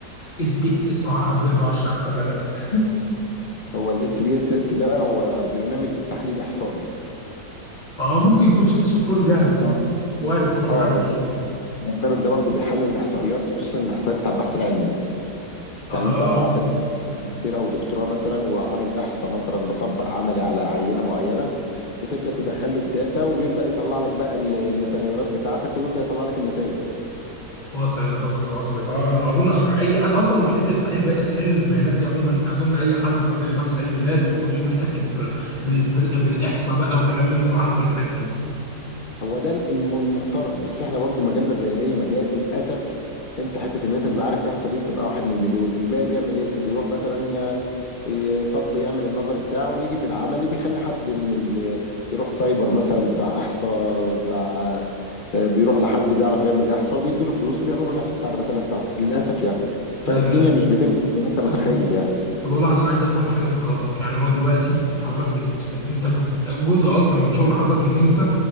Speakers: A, on the left; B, on the left.
A: اس بي اس اس انا بجد ما اعرفش اختصار ده للاسف <laughs>
B: هو الاس بي اس اس ده هو برنامج تحليل إحصائي
A: اه ممكن يكون في سوفت ويرز جاهزه
B: نعم.
A: وارد كل
B: آه
A: حاجه
B: هو
A: اكيد
B: البرنامج ده برضو بيحلل الإحصائيات خصوصا الإحصائيات بتاع البحث العلمي
A: اه
B: يعني أنت لو عندك ماجستير أو دكتوراه مثلا وعامل إحصاء مثلا مطبق عملي على عينة معينة بتبدا تدخل له الداتا وبيبدا يطلع لك بقى ال- المتغيرات بتاعتك وبيبدا يطلع لك النتائج
A: وصلت يا دكتور وصلت اه اظن اي حد اصلا حته التحليل بي... تحليل البيانات دي عموما اظن اي حد في مجال البحث العلمي لازم يكون احتك ب... بالاست... بالاحصاء بقى والكلام من ده فعنده فكره اكيد
B: هو ده الم- المفترض بس احنا برضو مجالنا زي اي مجال للاسف انت حته ان انت تبقى عارف الاحصاء دي بتبقى واحد من المليون الباقي بيعمل ايه بيروح مثلا آه، ي- طب يعمل النظري بتاعه ويجي في العملي بيخلي حد من ال... يروح سايبر مثلا بتاع احصاء بتاع آه، بيروح لحد بيعرف يعمل احصاء وبيدوا له فلوس وبيعملوا الاحصاء بتاع الرساله بتاعته للاسف يعني
A: ده
B: فالدنيا
A: لا-
B: مش بتمشي زي ما انت متخيل
A: طب
B: يعني
A: طب هو لحظه انا عايز افهم حاجه من حضرتك يعني هو دلوقتي انت حضرتك بت... بت... انت بت... جزء اصلا من شغل حضرتك ان انت